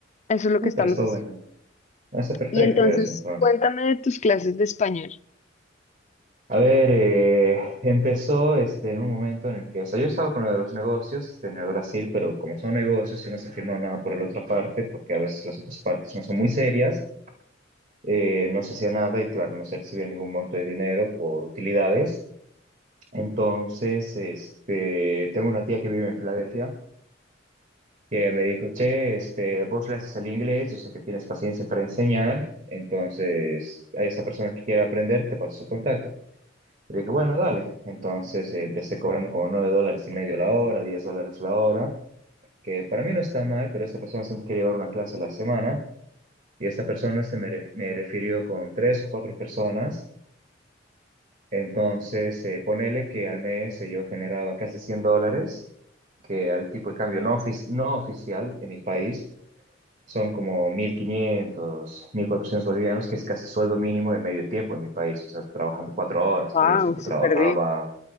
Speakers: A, on the left (about 40°); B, on the right (about 45°).
A: Eso es lo
B: No,
A: que estamos
B: pero está
A: haciendo.
B: bueno. Ah, Está perfecto
A: Y entonces,
B: eso entonces.
A: cuéntame de tus clases de español.
B: A ver, eh, empezó este, en un momento en el que, o sea, yo estaba con lo de los negocios este, en el Brasil, pero como son negocios y no se firmó nada por la otra parte, porque a veces las otras partes no son muy serias, eh, no se hacía nada y claro, no se recibía ningún monto de dinero por utilidades. Entonces, este, tengo una tía que vive en Filadelfia que ella me dijo, che, este, vos le haces el inglés, yo sé que tienes paciencia para enseñar, entonces a esa persona que quiera aprender, te paso su contacto. Y le dije, bueno, dale. Entonces eh, empecé cobrando como 9 dólares y medio la hora, 10 dólares la hora, que para mí no está mal, pero esta persona solo quería llevar una clase a la semana y esta persona se me, ref- me refirió con tres o cuatro personas. Entonces, eh, ponele que al mes eh, yo generaba casi 100 dólares, que al tipo de cambio no, ofici- no oficial en mi país son como mil quinientos mil cuatrocientos bolivianos, que es casi sueldo mínimo de medio tiempo en mi país, o sea, trabajando cuatro horas,
A: Wow,
B: pero yo siempre
A: súper
B: trabajaba
A: bien.